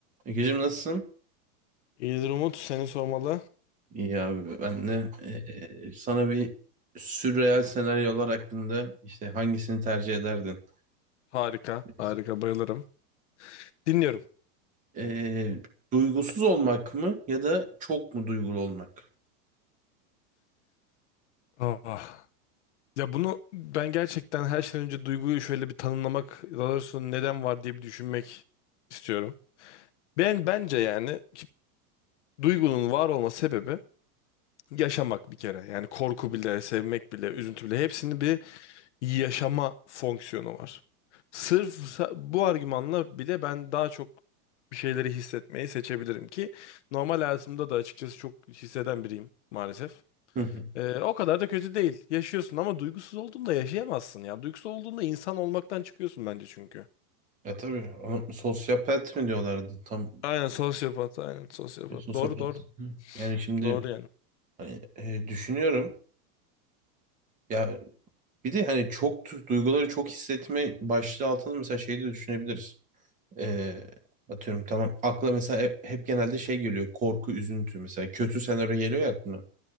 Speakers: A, on the right (about 15°); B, on the left (about 45°).
A: Egeciğim nasılsın?
B: İyidir Umut, seni sormalı.
A: İyi abi ben de eee, sana bir sürreal senaryolar hakkında işte hangisini tercih ederdin?
B: Harika,
A: Bir
B: harika bayılırım. Dinliyorum.
A: Eee, duygusuz olmak mı ya da çok mu duygulu olmak?
B: Ah. Ya bunu ben gerçekten her şeyden önce duyguyu şöyle bir tanımlamak, daha doğrusu neden var diye bir düşünmek istiyorum. Ben bence yani ki- duygunun var olma sebebi yaşamak bir kere. Yani korku bile, sevmek bile, üzüntü bile hepsini bir yaşama fonksiyonu var. Sırf sa- bu argümanla bile ben daha çok bir şeyleri hissetmeyi seçebilirim ki normal hayatımda da açıkçası çok hisseden biriyim maalesef.
A: Hı hı.
B: Ee, o kadar da kötü değil. Yaşıyorsun ama duygusuz olduğunda yaşayamazsın ya. Duygusuz olduğunda insan olmaktan çıkıyorsun bence çünkü.
A: Ya tabii ama sosyopat mı diyorlardı tam
B: Aynen sosyopat, aynen sosyopat.
A: sosyopat.
B: Doğru doğru.
A: Hı. Yani şimdi
B: Doğru yani.
A: hani, eee, düşünüyorum ya bir de hani çok du- duyguları çok hissetme başlığı altında mesela şey de düşünebiliriz. Ee, atıyorum tamam. Akla mesela hep, hep genelde şey geliyor. Korku, üzüntü mesela. Kötü senaryo geliyor ya aklına.